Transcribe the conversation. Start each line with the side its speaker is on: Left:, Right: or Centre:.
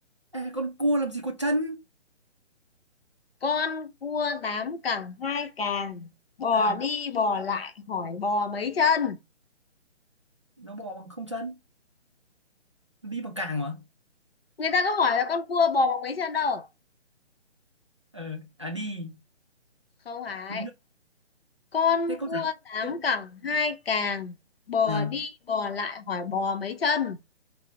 Right: à con cua làm gì có chân
Left: con cua tám cẳng hai càng bò
Right: ừ
Left: đi bò lại hỏi bò mấy chân
Right: nó bò bằng không chân đi bằng càng mà
Left: người ta có hỏi là con cua bò bằng mấy chân đâu
Right: ờ à đi
Left: không phải
Right: đúng rồi
Left: con
Right: thế câu
Left: cua
Right: trả
Left: tám
Right: câu
Left: cẳng hai càng bò
Right: ừ
Left: đi bò lại hỏi bò mấy chân